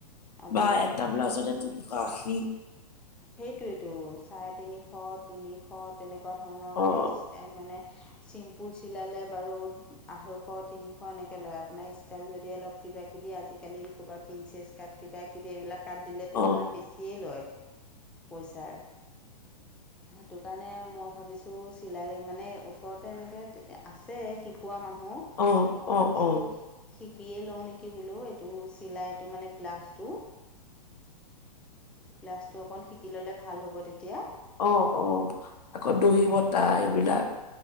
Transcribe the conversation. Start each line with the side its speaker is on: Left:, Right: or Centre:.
Centre: আপোনাৰ
Left: বা এটা ব্লাজতে তিনিশ আশি।
Centre: সেইটোৱেইটো চাৰে তিনিশ। তিনিশ তেনেকুৱা ধৰণৰ
Left: অ',
Centre: সেই ষ্টাইল মানে চিম্প। চিম্পল চিলালে বাৰু আঢ়ৈশ তিনিশ এনেকৈ লয় আপোনাৰ ষ্টাইল যদি অলপ কিবা কিবি কিবি আজিকালি ক'ৰবাত প্ৰিন্সেছ কাট কিবা কিবি এইবিলাক কাট দিলেতো
Left: অ'।
Centre: আপোনাৰ বেছিয়ে লয়। পইচাৰ। সেইটো কাৰণে মই ভাবিছোঁ চিলাই মানে ওচৰতে এনেকৈ আছে। কোৱা মানুহ
Left: অ',
Centre: মই
Left: অ',
Centre: ভাবিছোঁ।
Left: অ',
Centre: শিকিয়েই লওঁ নেকি বোলো এইটো চিলাইটো মানে ব্লাউজটো। ব্লাউজটো অকণ শিকি ল'লে ভাল হ'ব তেতিয়া।
Left: অ' অ' আকৌ দহি বটা এইবিলাক